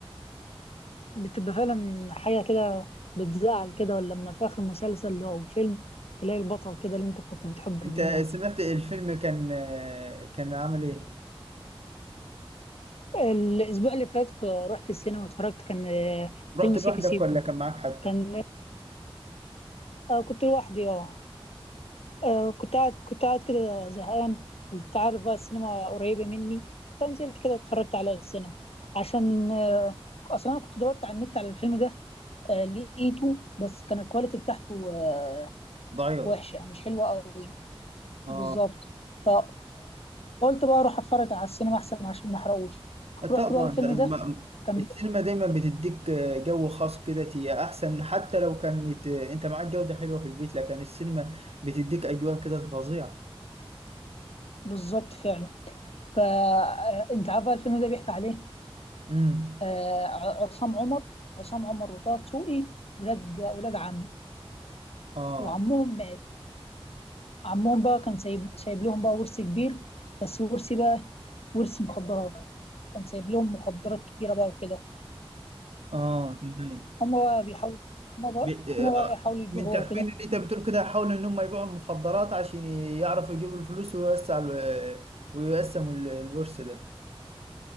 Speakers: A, on the left; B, on the right.
A: بتبقى فعلا حاجة كده بتزعل كده ولا لما في آخر مسلسل أو فيلم تلاقي البطل كده اللي أنت كنت بتحبه
B: انت
A: بيموت
B: سمعت الفيلم كان آه، كان عامل ايه
A: الأسبوع اللي فات ك- رحت السينما واتفرجت كان آه، فيلم
B: رحت لوحدك
A: سيكي سيكو
B: ولا كان معاك حد
A: كان آه كنت لوحدي اه آه، كنت قاعد كنت قاعد كده زهقان وأنت عارف بقى السينما قريبة مني فنزلت كده اتفرجت على السينما عشان آه، أصلا أنا كنت دورت على النت على الفيلم ده آه، لقيته بس كان الكواليتي بتاعته آه،
B: ضعيف
A: وحشة مش حلوة قوي
B: اه
A: بالظبط ف... فقلت بقى أروح أتفرج على السينما أحسن عشان ما أحرقوش رحت
B: طبعا
A: بقى الفيلم
B: ما-
A: ده كان
B: السينما
A: بي-
B: دايما بتديك جو خاص كده هي احسن حتى لو كانت انت معاك جودة حلوة في البيت لكن السينما بتديك اجواء كده فظيعة
A: بالظبط فعلا فانت عارفه الفيلم ده بيحكي عليه
B: امم
A: آه، عصام عمر عصام عمر وطه دسوقي ولاد ولاد عم
B: اه
A: وعمهم مات عمهم بقى كان سايب سايب لهم بقى ورث كبير بس ورث بقى ورث مخدرات كان سايب لهم مخدرات كتيرة بقى وكده
B: اه تمام.
A: فهم بقى بيحاولوا هم بقى
B: ب- آه،
A: هم بقى يحاولوا يبيعوها
B: من تخمين
A: وكده
B: اللي انت بتقول كده حاولوا ان هم يبيعوا المخدرات عشان يعرفوا يجيبوا الفلوس ويوسعوا ال- ويقسموا ال- الورث ده